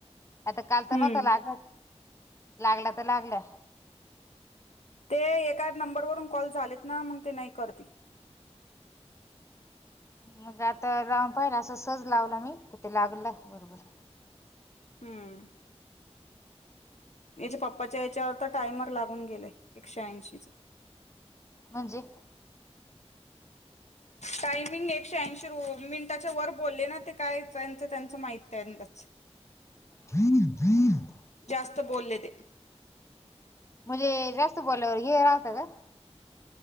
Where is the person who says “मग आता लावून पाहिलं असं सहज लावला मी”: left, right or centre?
Left